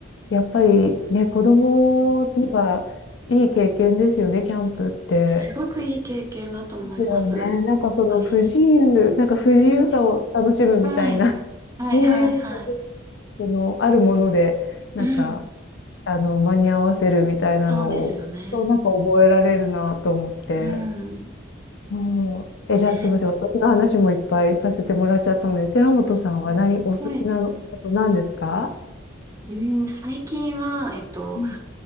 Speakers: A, on the left; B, on the right.
A: やっぱりね、子供にはいい経験ですよね、
B: ん
A: キャンプって。
B: すごくいい経験だと思います。
A: ですよね。
B: やっ
A: なんかその不自由、
B: ぱり。
A: なんか不自由さを楽しむみたいな、
B: うん、はい。はいはいはい。
A: ねえ、なんかねその、あるもので、なんか、
B: うん。
A: あの、間に合わせるみたいなのを、
B: そうですよね。
A: そうなんか覚えられるなと思って。
B: うん。
A: うん。え、じゃあすいません。
B: ね、
A: 私の話もいっぱいさせてもらっちゃったので、寺本さんは何、
B: はい。
A: お好きなことなんですか
B: はい。うん、最近は、えっと、
A: うん、